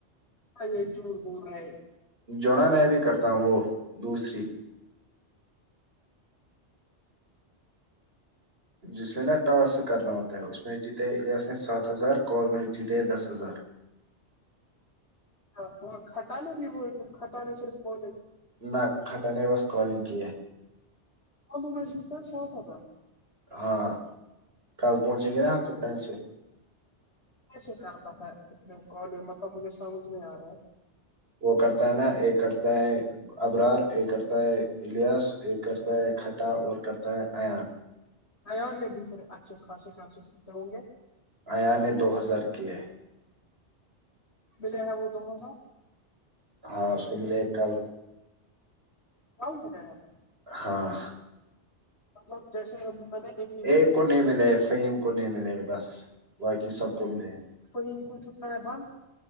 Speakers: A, on the left (about 65°); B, on the right (about 60°).
A: بھائ یہ جھوٹ بول رہے ہیں
B: جونا میں بھی کرتا ہوں وہ دوسری جس میں نا ٹاسک کرنا ہوتا ہے اس میں جیتے ایاس نے سات ہزار کال میں جیتے دس ہزار
A: ہاں وہ کٹانا بھی وہ کٹان صرف ف ل
B: نہ کھٹان نائی بس قالونگ کی
A: آلو میں صاف آ تھا
B: ہاں کل پہنچیں
A: وہ
B: گے نا
A: کس
B: ہم کو پینسل
A: کیسے کرتا تھا اتنے کال مطلب مجھے سمجھ نہیں آ رہا
B: وہ کرتا ہے نا یہ کرتا ہے <unintelligible> ابرار ایک کرتا ہے الیاس ایک کرتا ہے کھٹا اور کرتا ہے ایان
A: ا میں بھی پھر اچھے خاصے خاصےتے ہوں گے
B: اییاان دو ہزار کے <unintelligible>
A: ملے ہیں وہ تو ہے نا
B: ہاں اس کو ملے کل
A: کو گدرا
B: ہاں
A: مطلب جس مل
B: ا کو نہیں ملے فیم کو نہیں ملے بس باقی سب کو ملے
A: کو کو توکنا بم